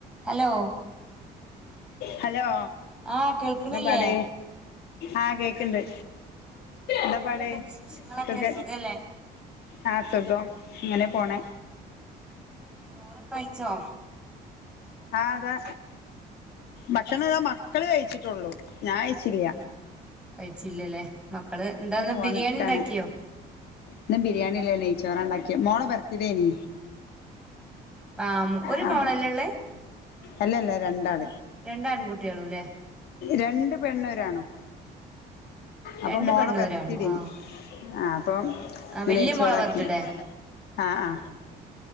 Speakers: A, in the centre; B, on the left.
A: Hello
B: <unintelligible> hello.
A: ആഹ് കേക്ക്‌ണില്ലേ?
B: എന്താ പാട് ആഹ് കേക്ക്‌ണ്ട്.
A: എന്തൊക്കെയുണ്ട്
B: ന്താപാട്
A: വിശേഷങ്ങളൊക്കെ
B: സുഖ
A: സുഖല്ലേ
B: ആ സുഖം ഇങ്ങനെ പോണ്
A: ചോറൊക്കഴിച്ചോ?
B: ആതാ ഭക്ഷണതാ മക്കള് കഴിച്ച് ട്ടൊള്ളു ഞായ്ച്ചില്ല.
A: കഴിച്ചില്ലല്ലേ മക്കള് എന്താന്ന്
B: പോവാൻ
A: ബിരിയാണിണ്ടാക്കിയോ?
B: നിക്കാണ് ഇന്ന് ബിരിയാണില്ല നെയ്‌ച്ചോറാണ്ടാക്കിയ മോളെ ബർത്തിഡേനീ.
A: ആഹ് ഒരു
B: ആ
A: മോളല്ലേ ഉള്ളേ
B: അല്ലല്ല രണ്ടാൾ.
A: രണ്ട് ആൺകുട്ടികളുല്ലേ
B: രണ്ട് പെണ്ണൊരാണും. അപ്പൊ
A: രണ്ട്
B: മോളെ
A: പെണ്ണും
B: ബർത്തീടെനി
A: ഒരാണും ആഹ്
B: ആ അപ്പൊ
A: ആഹ്
B: ഇന്നയിച്ചോറാക്കി.
A: വല്യ മോളെ ബർത്ത്ഡേ
B: ആ ആ.